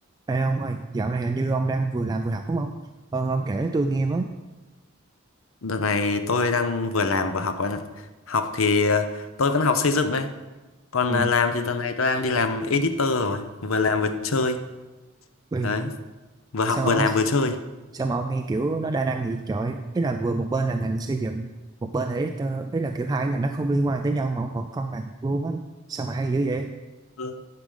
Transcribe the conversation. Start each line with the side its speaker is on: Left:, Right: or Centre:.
Right: Ê ông ơi, dạo này hình như ông đang vừa làm vừa học đúng không? Ờ, ông kể tôi nghe với.
Left: Đợt này tôi đang vừa làm vừa học bạn ạ. Học thì ờ, tôi vẫn học xây dựng đấy. Còn
Right: Ui,
Left: ờ, làm thì đợt này tôi đang đi làm editor rồi. Vừa làm vừa chơi.
Right: ui,
Left: Đấy. Vừa học
Right: sao
Left: vừa
Right: mà,
Left: làm vừa chơi.
Right: sao mà ông nghe kiểu nó đa năng vậy trời? Ý là vừa một bên là ngành xây dựng, một bên là ít, ờ, ý là kiểu hai ngành nó không liên quan tới nhau mà ông vẫn con bằng luôn á. Sao mà hay dữ vậy?
Left: Ừ.